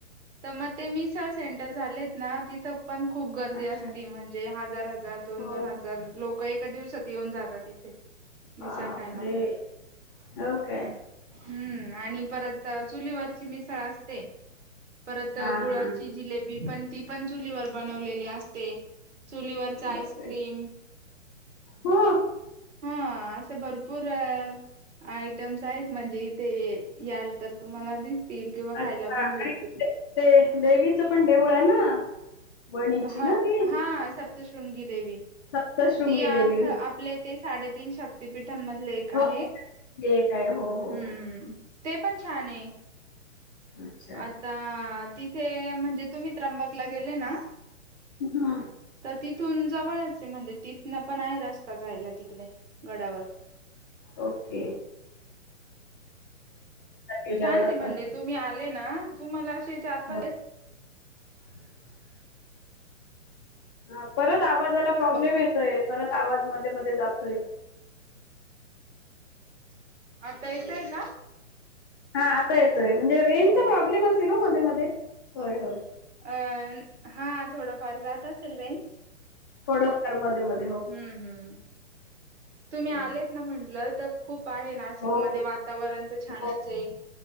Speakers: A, on the right; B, on the left.
A: तर मग ते मिसळ सेंटर झालेत ना तिथं पण खूप गर्दी
B: अच्छा.
A: असती म्हणजे हजार हजार दोन
B: होय,
A: दोन हज तरर लोक एका दिवसात येऊन जातात इथे. मिसळ
B: बापरे!
A: खायला
B: हो काय?
A: हम्म आणि परत चुलीवरची मिसळ असते. परत
B: हां,
A: गुळाची
B: हां.
A: जिलेबी पण ती पण चुलीवर बनवलेली असते. चुलीवरच आईस्क्रीम
B: बापरे! हो.
A: हा असे भरपूर आयटम्स आहेत म्हणजे इथे याल तर तुम्हाला दिसतील किंवा खायला
B: अच्छा
A: पण
B: आणि
A: भेटतील
B: ते ते देवीचं पण देऊळ आहे ना वणीची
A: ह
B: ना ती?
A: हा सप्तशृंगी देवी
B: सप्तशृंगी
A: ती अर्थ
B: देवी हो.
A: आपले ते साडेतीीन शक्तीिपीठांमधले एक
B: हो
A: आहे
B: ते काय हो. हो,
A: हम्म
B: हो.
A: ह ते पण छान
B: अच्छा.
A: अ तिथे म्हणजे तुम्ही त्र्यंबकला गेले ना
B: हा
A: तर तिथून जवळचे म्हणजे तिथनं पण आहे रस्ता जायला तिकडे गडावर
B: ओके गेल्यावर
A: छान
B: आता
A: म्हण तुम्ही आले ना तुम्हाला असे चार पाच
B: होय <inaudible> हा परत आवाजाला प्रॉब्लेम
A: बघ
B: येतोय परत आवाज मध्ये मध्ये जातोय
A: आता येतयल
B: हा आता येतोय म्हणजे रेनचा
A: अ
B: प्रॉब्लेम असेल हो मध्ये मध्ये होय होय
A: अ हा थोडंफार जात असेल रेंज
B: थोडंफ मध्येध्ये
A: हम्म हम्
B: होय.
A: तुम्ही आलेत
B: होय.
A: ना म्हंटलं तर खूप आहे ना नाशिक
B: हो हो
A: मध्ये वातावरण तर छानच
B: हो
A: आहे